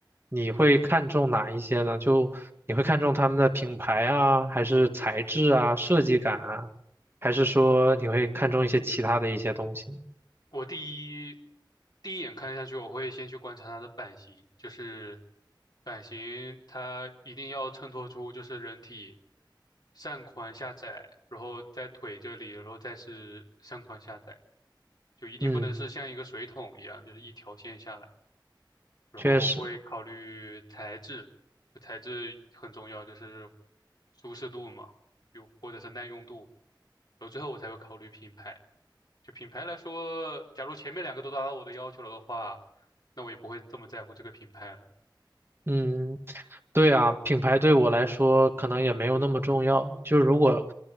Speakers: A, on the right; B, on the left.
A: 你会看重哪一些呢？就你会看重他们的品牌啊，还是材质啊、设计感啊，还是说你会看重一些其他的一些东西？
B: 我第一第一眼看下去，我会先去观察它的版型，就是版型它一定要衬托出就是人体上宽下窄，然后在腿这里，然后再是上宽下窄，就一定不能是像一个水桶一样，
A: 嗯，
B: 就是一条线下来。然后会考虑材质，
A: 确实。
B: 就材质很重要，就是舒适度嘛，就或者是耐用度。然后最后我才会考虑品牌。就品牌来说，假如前面两个都达到我的要求了的话，那我也不会这么在乎这个品牌了。
A: 嗯，对啊，品牌对我来说可能也没有那么重要。就如果，